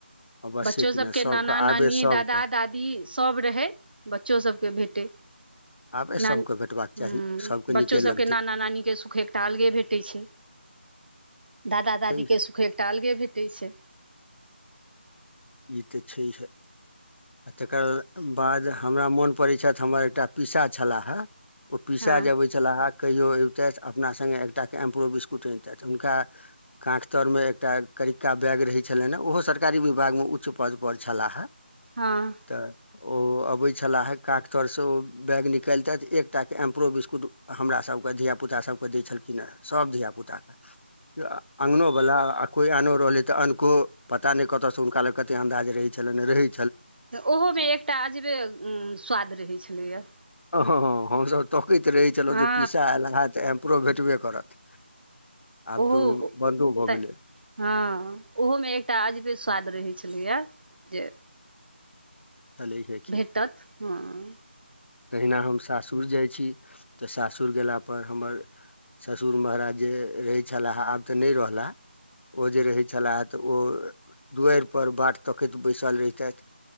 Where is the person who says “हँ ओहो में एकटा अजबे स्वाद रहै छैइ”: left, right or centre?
Right